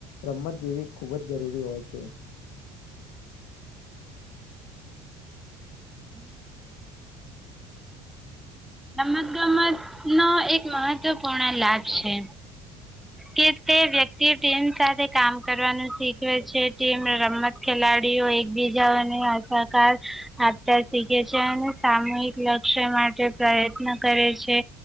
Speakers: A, on the left (about 75°); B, in the centre.
A: રમત જેવી ખૂબ જ જરૂરી હોય છે.
B: હમ રમતગમતનો એક મહત્વપૂર્ણ લાભ છે કે તે વ્યક્તિ ટીમ સાથે કામ કરવાનું શીખવે છે ટીમ રમત ખેલાડીઓ એકબીજાને અધાકાર આપતા શીખે છે અને સામૂહિક લક્ષ્ય માટે પ્રયત્ન કરે છે